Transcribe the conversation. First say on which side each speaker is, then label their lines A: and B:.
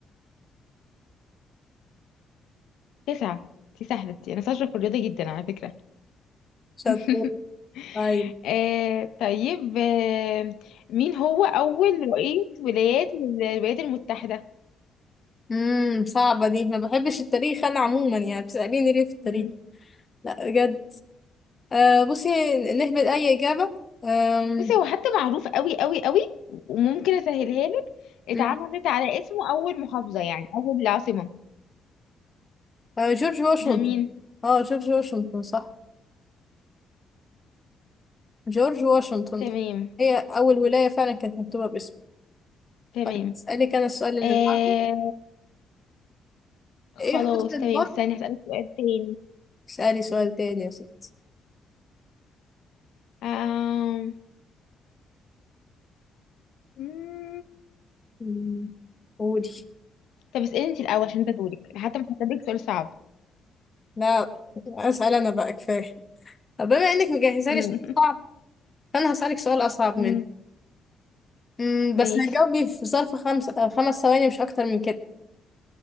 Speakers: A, on the left; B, on the left.
A: تسعة دي سهلة دي انا شاطرة في الرياضة جدا على فكرة
B: شطور
A: <laughs>
B: طيب
A: آه طيب آه مين هو اول رئيس ولايات الولايات المتحدة
B: امم صعبة دي ما بحبش التاريخ انا عموما يعني بتسأليني ليه في التاريخ
A: مم.
B: لا بجد آه بصي نهبط أي إجابة آم،
A: بصي هو حتى معروف قوي قوي قوي وممكن اسهلها لك اتعملت
B: مم.
A: على اسمه اول محافظة يعني اول عاصمة
B: آه جورج واشنطن
A: ها مين
B: اه جورج واشنطن صح جورج واشنطن
A: تمام
B: هي أول ولاية فعلا كانت مكتوبة باسمه
A: تمام
B: طيب اسألك أنا السؤال اللي
A: آه،
B: بعده.
A: خلاص
B: إيه حرف الضاد؟
A: تمام استني هسألك سؤال تاني
B: اسألي سؤال تاني يا ستي
A: آم... مم.
B: مم، قولي
A: طب اسألي انت الأول عشان ده دورك حتى مش هسألك سؤال صعب
B: لا أسأل أنا بقى كفاية طب بما إنك مجهزة
A: مم.
B: لي سؤال صعب فأنا هسألك سؤال أصعب
A: <laughs>
B: منه
A: مم.
B: مم،
A: ماشي
B: بس هتجاوبي في ظرف خمس آه، خمس ثواني مش أكتر من كده